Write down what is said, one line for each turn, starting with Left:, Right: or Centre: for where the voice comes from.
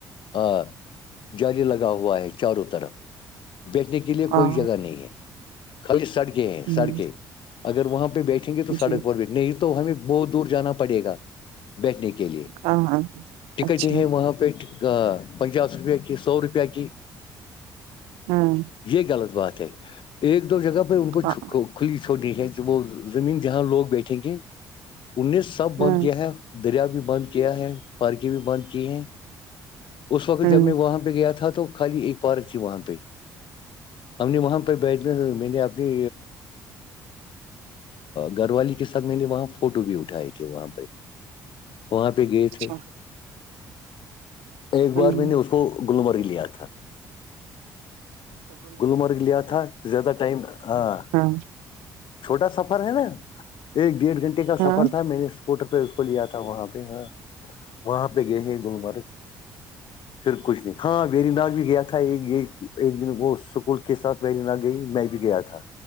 Left: ہ جال لگا ہوا ہے چاروں طرف بیٹھنے کے لیے
Right: ہاں
Left: کوئی جگہ نہیں ہے خالی سڑکیں ہیں
Right: ہوں
Left: سڑکیں اگر وہاں پہ بیٹھیں گے تو سڑک
Right: جی
Left: پر بیٹھ نہیں تو تو ہمیں بہت دور جانا پڑے گا بیٹھنے کے لیے
Right: ہاں ہاں
Left: ٹکٹیں
Right: اچھا
Left: ہیں وہاں پہ پنچاس روپے کی سو روپئے کی
Right: ہاں
Left: یہ غلط بات ہے ایک دو جگہ پہ ان
Right: ہاں
Left: کو کھلی چھوڑنیی ہے وہ زمین جہاں لوگ بیٹھیں گے ان نے سب بند
Right: ہوں
Left: کیا ہے دریا بھی بند کیا ہے پارکیں بھی بند کی ہیں اس وقت
Right: ہوں
Left: جب میں وہاں پہ گیا تھا تو خالی ایک پارک تھی وہاں پہ ہم نے وہاں پہ بیھنا میں نے اپنی گھر والی کے ساتھ میں نے وہاں فوٹو بھی اٹھائے تھے وہاں پہ وہاں پہ گئے
Right: اچھا
Left: تھے ایک
Right: ہوں
Left: بار میں نے اس کو گللمرگ لیا تھا گللمرگ لیا تھا زیادہ ٹائم ہاں
Right: ہاں
Left: چھوٹا سفر ہے نا ایک ڈیڑھ گھنٹے کا
Right: ہاں
Left: سفر تھا میں نے پٹل پہ اس کو لیا تھا وہاں پہ ہاں وہاں پہ گئے گلمرگ پھر کچھ نہیں ہاں ویری نگ بھی گیا تھا ایک ایک دن وہ اسکول کے ساتھ ویری نگ گئی میں بھی گیا تھا